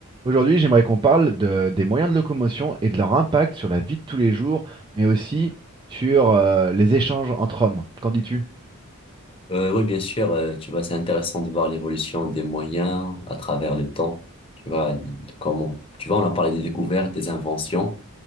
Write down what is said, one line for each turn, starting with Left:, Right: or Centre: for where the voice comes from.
Right: Aujourd'hui, j'aimerais qu'on parle de- des moyens de locomotion et de leur impact sur la vie de tous les jours, mais aussi sur euh, les échanges entre hommes. Qu'en dis-tu?
Left: Euh, oui, bien sûr, euh, tu vois, c'est intéressant de voir l'évolution des moyens à travers le temps. Tu vois, il- comment, tu vois, on a parlé des découvertes, des inventions,